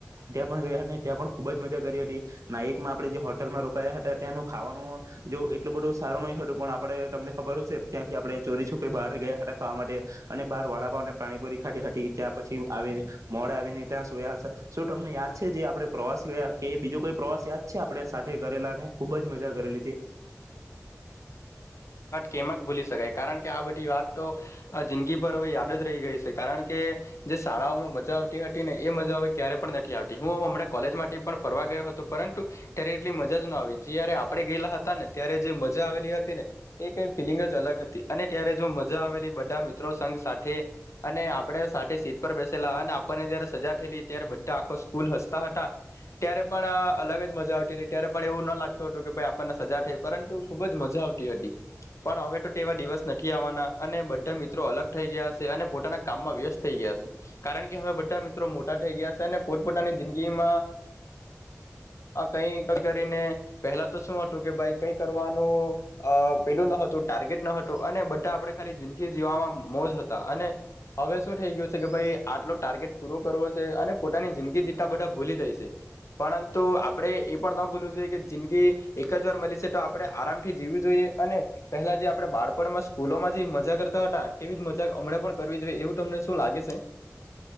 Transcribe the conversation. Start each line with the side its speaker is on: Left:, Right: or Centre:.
Right: ત્યાં પણ ગયા ને ત્યાં પણ ખુબ જ મજા કરી હતી. નાઈટમાં આપણે જે હોટલમાં રોકાયા હતા ત્યાંનું ખાવાનું જો એટલું બધું સારું નહી હટુ, પણ આપણે તમને ખબર હસે ત્યાંથી આપણે ચોરી છૂપે બહાર ગયા હતા ખાવા માટે, અને બહાર વાડાપાવને પાણીપુરી ખાઢી હતી ત્યાં પછી આવીને મોડા આવીને ત્યાં સોયા સા. સુ તમને યાદ છે જે આપણે પ્રવાસી ગયા કે બીજો કોઈ પ્રવાસ યાદ છે આપડે સાથે કરેલા ને ખુબ જ મજા કરેલી તે?
Left: કેમક ભૂલી સકાય કારણ કે આ બધી વાત તો આ જિંદગીભર હવે યાદ જ રહી ગઈ સે, કારણ કે જે શાળાઓમાં મજા આવટી હટી ને એ મજા હવે ક્યારે પણ નથી આવટી. હું હમણાં કોલેજ માટે પણ ફરવા ગયો હતો પરંતુ ત્યારે એટલી મજા જ ન આવી, જ્યારે આપણે ગયેલા હતા ને ત્યારે જે મજા આવેલી હતી ને એ કઈ ફિલિંગ જ અલગ હતી અને ત્યારે જો મજા આવેલી બધા મિત્રો સંઘ સાથે અને આપણે સાથે સીટ પર બેસેલા અને આપણને જ્યારે સજા ઠેલી ત્યારે બધા આખો સ્કૂલ હસતા હતા ત્યારે પણ અલગ જ મજા આવતી હતી ત્યારે પણ એવું ન લાગતું હતું કે ભાઈ આપણને સજા થઇ પરંતુ ખૂબ જ મજા આવટી હટી. પણ હવે ટો ટેવા ડીવસ નથી આવવાના અને બધા મિત્રો અલગ થઈ ગયા સે, અને પોતાના કામમાં વ્યસ્ત થઈ ગયા સે. કારણ કે હવે બધા મિત્રો મોટા થઈ ગયા સ અને પોટપોટાની જિંદગીમાં કઈ કઈ કરીને પહેલા તો સુ હટુ કે બાઈ કઈ કરવાનું અ પેલું ન હતું, ટાર્ગેટ ન હતું અને બધા આપણે ખાલી જિંદગી જીવવામાં મોજ હતા. અને હવે સુ થઈ ગયું છે કે, ભાઈ, આટલો ટાર્ગેટ પૂરો કરવો શે અને પોતાની જિંદગી જીવતા બધા ભૂલી જાયશે. પરંતુ આપડે એ પણ ન ભૂલવું જોઈએ કે જિંદગી એક જ વાર મલી છે તો આપણે આરામથી જીવવી જોઈએ અને પહેલા જે આપણે બાળપણમાં સ્કૂલોમાં જી મજા કરતા હટા ટેવી જ મજા હમડે પણ કરવી જોઈએ એવું તમને સુ લાગે સે?